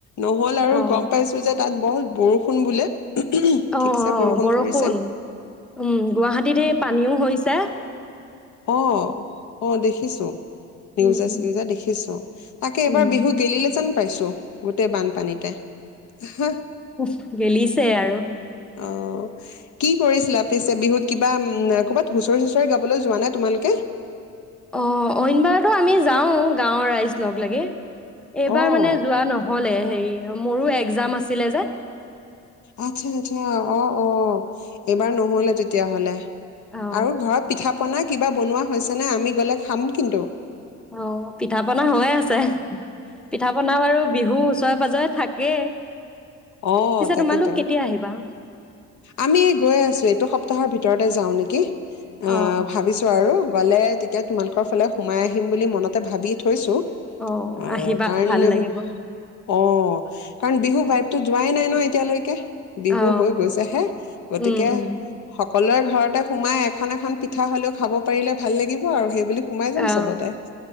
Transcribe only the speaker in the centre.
অঁ
অঁ
অঁ বৰষুণ,
উম গুৱাহাটীত এই পানীও হৈছে।
অ,
উম উম
উম
উ গেলিছে আৰু
আহ ঐইনবাৰতো আমি যাওঁ গাঁৱৰ ৰাইজ লগ লাগে এইবাৰ
মানে যোৱা নহলে হেৰি মোৰো এক্জাম আছিলে যে
অঁ
অঁ পিঠা পনা হৈয়ে আছে পিঠা বনাম আৰু বিহু ছয় বজৰে থাকে
পিছো
তোমালোক কেতিয়া আহিবা
অ অ
অ
আহিবা
ভাল লাগিব
অ
উম উম
অ